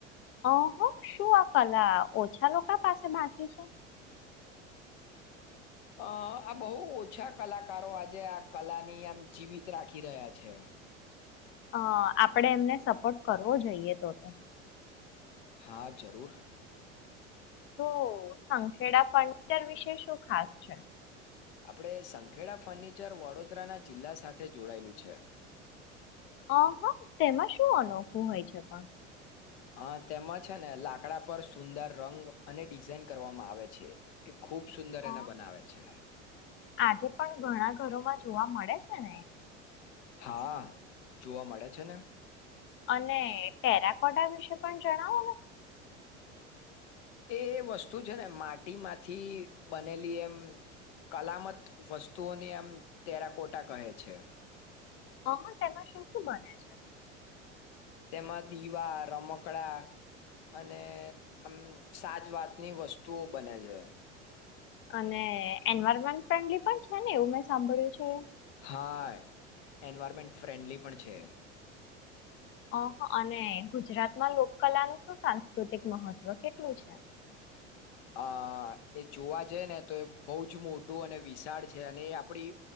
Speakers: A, on the left; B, on the left.
A: અહ શું આ કલા ઓછા લોકો પાસે બાકી છે
B: અ આ બોઉ ઓછા કલાકારો આજે આ કલાની આમ જીવિત રાખી રહ્યા છે
A: અ આપણેે એમને સપોર્ટ કરવો જોઈએ તો તો
B: હા જરૂર
A: તો સંખેડા ફર્નિચર વિષે શું ખાસ છે
B: આપડે સંખેડા ફની ચર વડોદરાના જિલ્લા સાથે જોડાયેલું છે
A: અ હ તેમાં શું અનોખું હોય છે પણ
B: હા તેમાં છે ને લાકડા પર સુંદર રંગ અને ડિઝાઇન કરવામાં આવે છે ખૂબ સુંદર
A: હ
B: એને બનાવે છે
A: આજે પણ ઘણા ઘરોમાં જોવા મળે છે ને
B: હા જોવા મળે છે ને
A: ને ટેરાકોટ વિશે પણ જણાવો
B: એ વસ્તુ છે ને માટીમાંથી બનેલી એમ કલામત વસ્તુઓની એમ તેરાકોટા કહે છે
A: હ તેમાં શું શું બને છે
B: તેમાં દીવા રમકડા અને આમ સાજ વાતની વસ્તુઓ બને છે
A: અને એન્વાયરમેન્ટ ફ્રેન્ડલી પણ છે ને એવું મેં સાંભળ્યું છે
B: હા એન્વાયરમેન્ટ ફ્રેન્ડલી પણ છે
A: ઓહ અને ગુજરાત માં લોક કલાનુંું શું સાંસ્ૃત સાકૃતિક મહત્વ કેટલું છે
B: અ એ જોવા જઈ ને તો એ બહુ જ મોટું અને વિશાળ છે અને એ આપડી